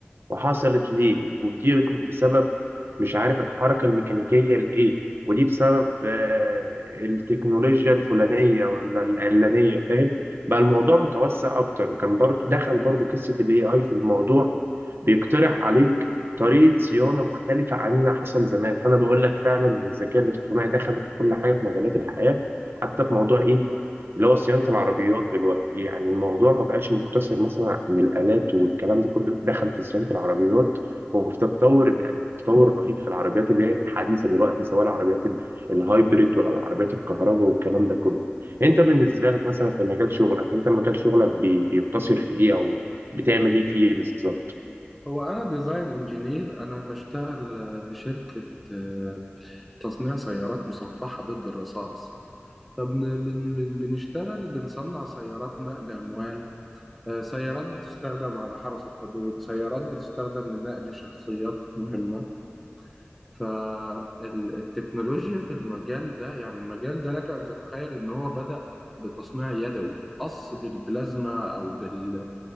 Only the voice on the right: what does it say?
وحصلت ليه ودي بسبب مش عارف الحركة الميكانيكية لإيه ودي بسبب آه، التكنولوجيا الفلانية ولا العلانية فاهم بقى الموضوع متوسع أكتر وكان برضو دخل برضو قصة ال AI في الموضوع بيقترح عليك طريقة صيانة مختلفة عن اللي حصل زمان فأنا بقول لك فعلا إن الذكاء الاصطناعي دخل في كل حاجة في مجالات الحياة حتى في موضوع إيه اللي هو صيانة العربيات دلوقتي يعني الموضوع ما بقاش مقتصر مثلا عن الآلات والكلام ده كله لأ، دخل في صيانة العربيات وفي تطور يعني تطور رهيب في العربيات اللي هي الحديثة دلوقتي سواء العربيات ال- الهايبريد ولا العربيات الكهرباء والكلام ده كله انت بالنسبة لك مثلا في مجال شغلك انت مجال شغلك بي- بيقتصر في ايه او بتعمل ايه فيه بالظبط